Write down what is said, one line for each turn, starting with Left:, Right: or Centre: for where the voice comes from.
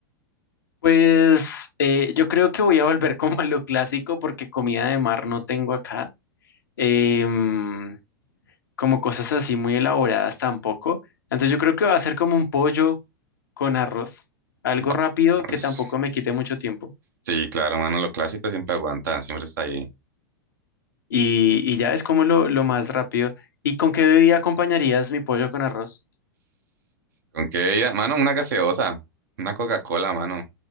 Left: Pues eh, yo creo que voy a volver como a lo clásico porque comida de mar no tengo acá, em, como cosas así muy elaboradas tampoco. Entonces yo creo que va a ser como un pollo con arroz, algo
Right: Vamos.
Left: rápido que tampoco me quite mucho tiempo.
Right: Sí, claro, mano, lo clásico siempre aguanta, siempre está ahí.
Left: Y, y ya es como lo, lo más rápido. ¿Y con qué bebida acompañarías mi pollo con arroz?
Right: ¿Con qué bebida? Mano, una gaseosa, una Coca-Cola, mano.